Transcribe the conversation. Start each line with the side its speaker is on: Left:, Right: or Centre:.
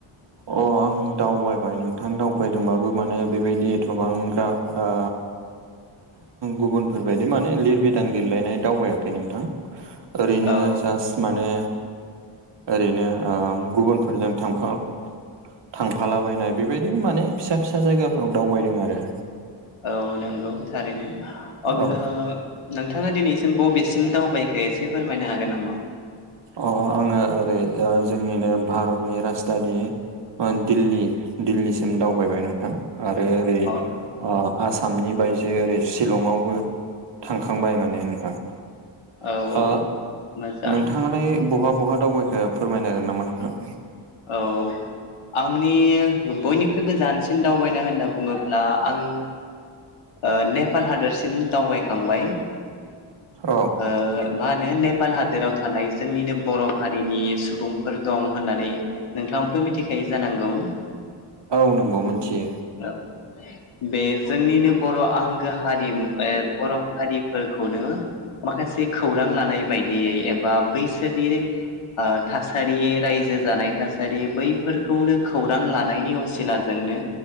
Right: अ आं दावबाय नोंथां दावबायदोंबाबो माने बेबायदि एथ'बां ग्राब आ गुबुनफोर बायदि माने लिरबिदां लिरलायनाय दावबायाखै नोंथां ओरैनो
Left: औ
Right: जास्ट माने ओरैनो गुबुनफोरजों थांफा थांफालाबायनाय बेबायदिनो माने फिसा फिसा जायगाफ्राव दावबायदों आरो
Left: औ नंगौ थारैनो अब्ला
Right: औ
Left: नोंथाङा दिनैसिम बबेसिम दावबायखो एसे फोरमायनो हागोन नामा?
Right: अ आङो ओरै जोंनिनो भारतनि राजधानि दिल्ली दिल्लीसिम दावबायबाय नोंथां आरो ओरै
Left: अ
Right: आसामनि बायजो ओरै शिलंआवबो थांखांबाय माने नोंथां
Left: औ औ
Right: ओ
Left: मोजां
Right: नोंथाङालाय बहा बहा दावबायखो फोरमायनो हागोन नामा नोंथां।
Left: औ आंनि बयनिख्रुइबो जानसिन दावबायनाय होनना बुङोब्ला आं ओ नेपाल हादरसिम दावबायखांबाय
Right: औ
Left: ओ मा होनो नेपाल हादोराव थानाय जोंनिनो बर' हारिनि सुबुंफोर दं होननानै नोंथाङाबोथ' मिथिखायो जानांगौ
Right: औ नंगौ मिथियो
Left: औ बे जोंनिनो बर' आंगो हारिमु बर' हारिफोरखौनो माखासे खौरां लानाय बायदियै एबा बैसोरनि थासारि रायजो जानाय थासारि बैफोरखौनो खौरां लानायनि सिलानो